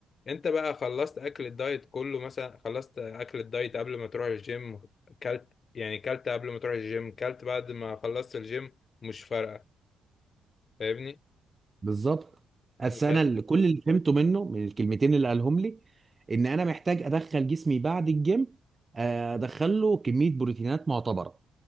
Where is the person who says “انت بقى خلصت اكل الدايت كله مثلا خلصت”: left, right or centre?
Left